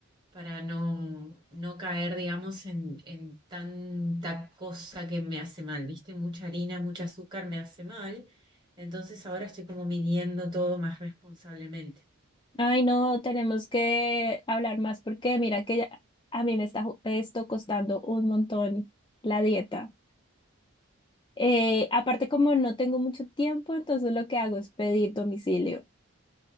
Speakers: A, on the right; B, on the left.
A: para no, no caer, digamos, en, en tanta cosa que me hace mal, ¿viste? Mucha harina, mucho azúcar me hace mal. Entonces ahora estoy como midiendo todo más responsablemente.
B: Ay, no, tenemos que hablar más porque mira que ya- a mí me está ju- esto costando un montón la dieta. Eh, aparte, como no tengo mucho tiempo, entonces lo que hago es pedir domicilio.